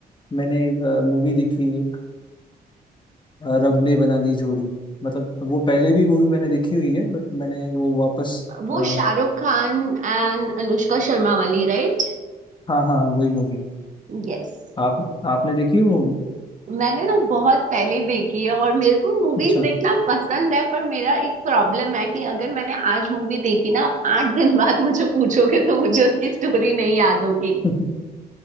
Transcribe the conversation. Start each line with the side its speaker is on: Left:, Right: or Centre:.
Left: मैंने मूवी देखी एक अ, रब ने बना दी जोड़ी मतलब वो पहले भी मूवी मैंने देखी हुई है बट मैंने वो वापस
Right: वो
Left: अ, हाँ
Right: शाहरुख खान एंड अनुष्का शर्मा वाली राइट
Left: हाँ हाँ, वही मूवी
Right: यस
Left: आप आपने देखी वो मूवी
Right: मैंने ना बहुत पहले देखी है और मेरे को मूवीज
Left: अच्छा
Right: देखना पसंद है पर मेरा एक प्रॉब्लम है कि अगर मैंने आज मूवी देखी ना आप आठ दिन <laughs> बाद मुझे पूछोगे तो मुझे उसकी स्टोरी नहीं याद होगी
Left: <laughs>